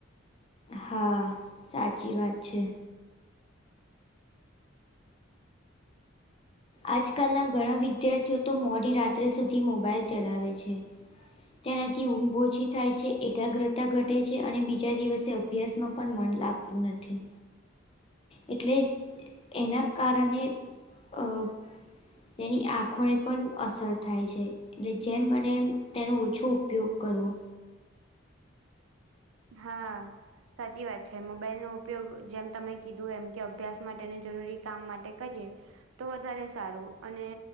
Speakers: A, on the left; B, on the right.
A: હા. સાચી વાત છે. આજકાલના ઘણા વિદ્યાર્થીઓ તો મોડી રાત્રે સુધી મોબાઈલ ચલાવે છે. તેનાથી ઊંઘ ઓછી થાય છે, એકાગ્રતા ઘટે છે, અને બીજા દિવસે અભ્યાસમાં પણ મન લાગ તું નથી. એટલે જ એના કારણે અહ એની આંખોને પણ અસર થાય છે. એટલે જેમ બને એમ તેનો ઓછો ઉપયોગ કરવો.
B: હા. સાચી વાત છે, મોબાઈલ નો ઉપયોગ જેમ તમે કીધું એમ કે અભ્યાસ માટે અને જરૂરી કામ માટે કરીએ તો વધારે સારું અને